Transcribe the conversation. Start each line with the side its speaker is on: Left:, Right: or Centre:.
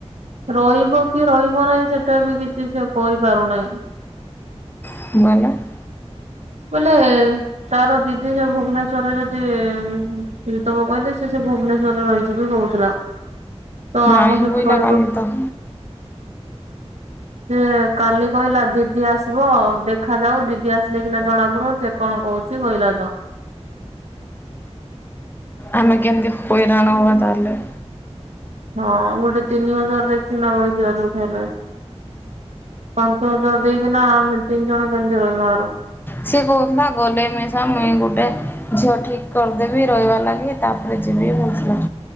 Right: ରହିବ କି ରହିବ ନାଇଁ ସେଟା ବି କିଛି ସେ କହିପାରୁନାଇଁ।
Left: <unintelligible>
Right: ବୋଲେ ତାର ଦିଦି ସେ ଭୁବନେଶ୍ଵରେ ଯଦି <unintelligible> କହିଲେ ସେ ସେ ଭୁବନେଶ୍ଵରରେ ରହିଯିବି କହୁଥିଲା। ତ
Left: ନାଇଁ
Right: ଆମ ସହିତ
Left: ବୁଇଲା
Right: ରହିବ
Left: କାଲି ତ।
Right: ସେ କାଲି କହିଲା ଦିଦି ଆସିବ ଦେଖାଯାଉ ଦିଦି ଆସିଲେ କିନା ଜଣା ପଡିବ ସେ କଣ କହୁ ସେ କହିଲା ତ।
Left: ଆମେ କେମିତି ହଇରାଣ ହବା ତାହେଲେ।
Right: ହଁ ଗୋଟେ ତିନି ହଜାର ଦେଖିକିନା ରହିଯିବା ଯୋଉଠି ହେଲେ। ପାଞ୍ଚ ହଜାର ଦେଇକିନା ଆମେ ତିନି ଜଣ କେମିତି ରହିବାର।
Left: ସିଏ କହୁଥିଲା ଗଲେ ମିଷା ମୁଇଁ ଗୋଟେ ଝିଅ ଠିକ୍ କରିଦେବି ରହିବାର ଲାଗି। ତାପରେ ଯିବି କହୁଥିଲା।